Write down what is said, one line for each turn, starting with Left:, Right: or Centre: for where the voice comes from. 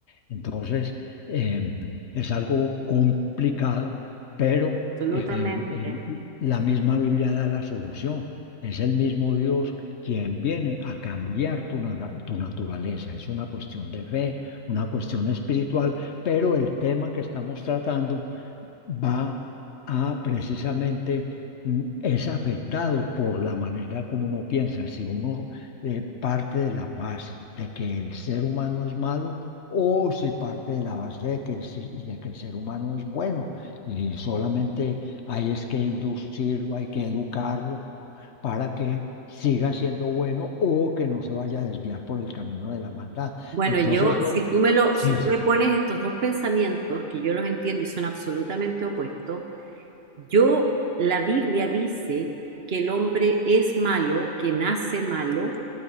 Left: Entonces, eh, es algo complicado, pero
Right: Absolutamente.
Left: eh, el- la misma Biblia da la solución. Es el mismo Dios quien viene a cambiar tu, nara- tu naturaleza. Es una cuestión de fe, una cuestión espiritual, pero el tema que estamos tratando va a precisamente mm, es afectado por la manera como uno piensa, si uno eh, parte de la base de que el ser humano es malo o si parte de la base de que el, si- de que el ser humano es bueno y solamente hay es que inducirlo, hay que educarlo para que siga siendo bueno o que no se vaya a desviar por el camino de la maldad.
Right: Bueno,
Left: Entonces
Right: yo,
Left: yo,
Right: si tú me lo,
Left: sí,
Right: si tú
Left: sí,
Right: me pones estos dos pensamientos, que yo los entiendo y son absolutamente opuestos, yo, la Biblia dice que el hombre es malo, que nace malo,